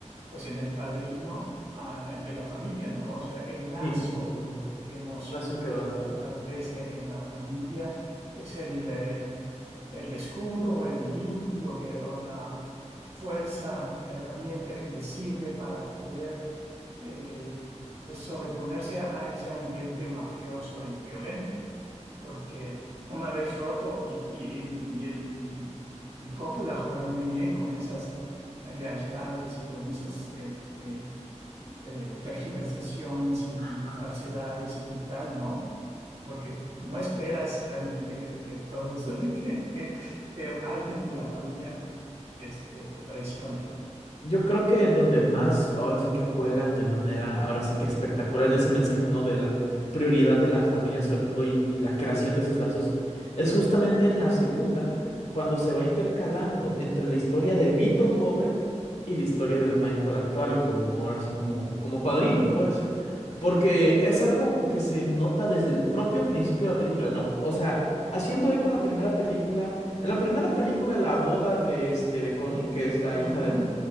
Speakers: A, on the right (about 60°); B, on the left (about 65°).
A: pues en el padrino ah, de la familia, ¿no? O sea, el lazo
B: Sí, claro.
A: emocional
B: Las inquebrantables.
A: que se establece en la familia es el, eh, el escudo, el vínculo que, o la fuerza, la herramienta que les sirve para poder, eh, pues, sobreponerse a ese ambiente mafioso y violento porque una vez roto y, y, el- y, el- y- y Coppola juega muy bien con esas lealtades y con esos este, eh, tergiversaciones y,
B: Ajá.
A: y falsedades y tal, ¿no? Porque no esperas realmente que, te- que todos, <laughs> que, que- que alguien de la familia este, te traicione.
B: Yo creo que donde más ahora sí que juegan de manera, ahora sí que espectacular en ese mensaje, ¿no? De la prioridad de la familia, sobre todo, y y la creación de esos lazos, es justamente en la segunda, cuando se va intercalando entre la historia de Vito joven y la historia de Michael actual, como ahora sí como, como padrino, pues. Porque es algo que se nota desde el propio principio de la película, ¿no? O sea, haciendo eco a la primera película, en la primera película la boda de, este, de Connie, que es la hija
A: Ujú.
B: de